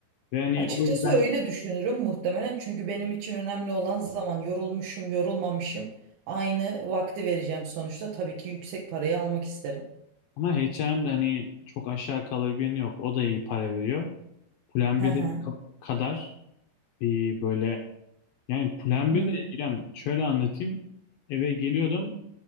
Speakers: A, on the left; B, on the right.
A: Ve hani
B: Açıkçası
A: o yüzden
B: öyle düşünürüm muhtemelen çünkü benim için önemli olan zaman yorulmuşum yorulmamışım aynı vakti vereceğim sonuçta tabii ki yüksek parayı almak isterim.
A: ama H&M'de hani çok aşağı kalır bir yanı yok. O da iyi para veriyor. Plan
B: Hı
A: 1'de
B: hı.
A: ka- kadar bir böyle yani Plan
B: Hı
A: 1'de
B: hı.
A: İrem şöyle anlatayım. Eve geliyordum